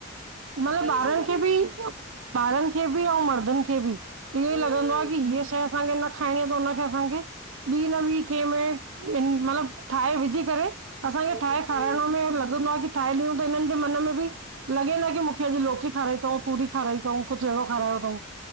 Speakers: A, on the right; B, in the centre.
A: मलब
B: विझी
A: ॿारनि
B: करे
A: खे बि ॿारनि खे बि आऊं मर्दनि खे बि
B: हम्म
A: इहो ई लॻंदो
B: हम्म
A: आहे की हीअ शाइ असां खे न खाइणी आ त हुन खे असांखे ॿी न ॿी कें में मतिलब इन ठाहे विझी करे। असांखे
B: हम्म
A: ठाहे खाराइणो
B: हम्म
A: में लॻंदो आहे की ठाहे ॾियूं त हिननि जे मन में बि लॻे न मूखे अॼु लौकी खाराई तऊं तूरी खाराई तऊं कुछ अहिड़ो खारयो तऊं।